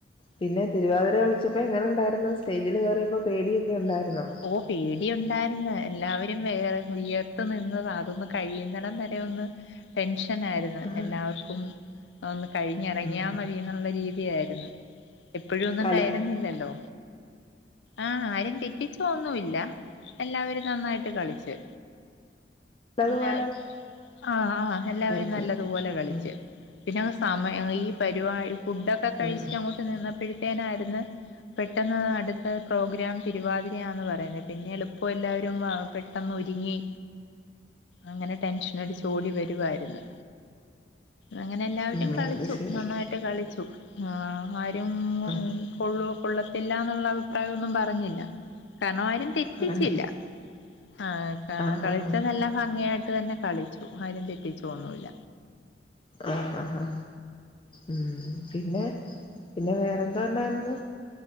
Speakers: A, on the left; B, on the left.
A: പിന്നെ തിരുവാതിര കളിച്ചപ്പോ എങ്ങനെ ഇണ്ടായിര്ന്നു സ്റ്റേജില് കേറിയപ്പോ പേടിയൊക്കെണ്ടായിരുന്നോ
B: ഓ പേടി ഉണ്ടായിര്ന്ന് എല്ലാവരും വേറെ ഉയര്ത്ത് നിന്ന് അതൊന്ന് കയ്യുന്നടം വരെ രൊന്ന് ടെൻഷനായിരുന്നു
A: ആഹ്
B: എല്ലാവർക്കും അഒന്ന് കഴിഞ്ഞെറങ്ങിയാ
A: ഉം ഉം
B: മതിന്ന്ള്ള രീതിയാഴിരുന്നു. എപ്പോഴന്നും
A: കളിച്ചോ
B: കയറുന്നില്ലല്ലോ ആ ആരും തെറ്റിച്ചോ ന്നുല്ല എല്ലാവരും നന്നായിട്ട് കളിച്ച്
A: നല്ലതുപോലെ
B: ഞാ ആഹ് ആഹ് എല്ലാവരും
A: കളിച്ച്
B: നല്ലതുപോലെ കളിച്ച്
A: ഉം
B: പിന്നെ സമയ ഈ പരിപാടി ഫുഡൊക്കെ കഴിച്ച്
A: ഉം
B: അങ്ങോട്ട് നിന്ന പെട്ടേനാര്ന്ന് പെട്ടെന്ന് അടുത്ത പ്രോഗ്രാം തിരുവാതി രാന്ന് പറയുന്നെ പിന്നെ എളുപ്പെല്ലാവരും പെട്ടെന്നൊരുങ്ങി അങ്ങനെ ടെൻഷനടിച്ച് ഓടി വരുവായിരുന്ന് അങ്ങനെ എല്ലാവരും
A: ഉം
B: കളിച്ചു
A: ഉം അത് ശരി
B: നന്നായിട്ട് കളിച്ചു ആ ആരും
A: ഉം
B: ഊം കൊള്ളൂ കൊള്ളത്തില്ലാന്ന്ള്ള അഭിപ്രായന്നും പറഞ്ഞില്ല കാരണം ആരും തെറ്റിച്ചില്ല.
A: പറഞ്ഞില്ല
B: ആഹ് ക
A: ആഹ്
B: കൾച്ചെതെല്ലാം
A: ആഹ് ആഹ്
B: ഭംഗ്യായിട്ട് തന്നെ കളിച്ചു ആരും തെറ്റിച്ചൊന്നൂല്ല.
A: ആ ഹാ ഹാ ഉം പിന്നെ പിന്നെ വേറെന്തോണ്ടായിരുന്നു